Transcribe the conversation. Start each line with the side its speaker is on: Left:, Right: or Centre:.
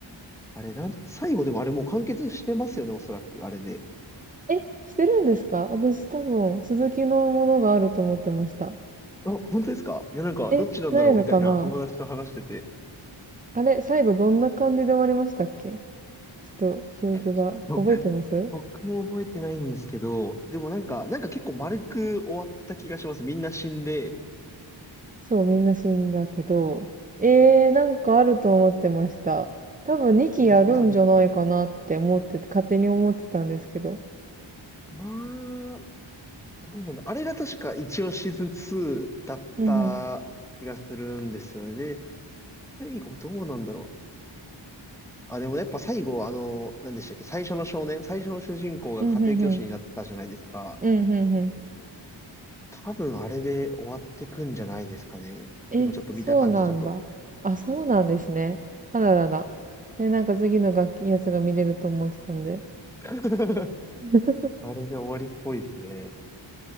Centre: あれ、なん、最後でもあれもう完結してますよね、おそらく、あれで。
Right: え、してるんですか私多分、続きのものがあると思ってました。
Centre: あ、本当ですかいや、なんか、
Right: え、
Centre: どっちなんだろうみたいな友達と話してて。
Right: ないのかなあれ、最後どんな感じで終わりましたっけちょっと記憶が、
Centre: <laughs> そう
Right: 覚えてます
Centre: 僕も覚えてないんですけど、でもなんか、なんか結構丸く終わった気がします。みんな死んで。
Right: そう、みんな死んだけど、えー、なんかあると思ってました。多分2期やるんじゃないかなって思ってて、
Centre: 本当です、いや、ま
Right: 勝手に思ってたんですけど。
Centre: あ、どうなんだ。あれが確か一応シーズン2だった気がするんですよね。
Right: うんうん。
Centre: で、最後どうなんだろう。あ、でもやっぱ最後、あの、何でしたっけ、最初の少年、最初の主人公が家庭教師になったじゃないですか。
Right: うんうんうん。うんうんうん。
Centre: 多分あれで終わってくんじゃないですかね。
Right: え、
Centre: 今ちょっと見た感じだと。
Right: そうなんだ。あ、そうなんですね。あららら。え、なんか次の楽器やつが見れると思ってたんで。
Centre: <laughs>
Right: <laughs>
Centre: あれで終わりっぽいですね。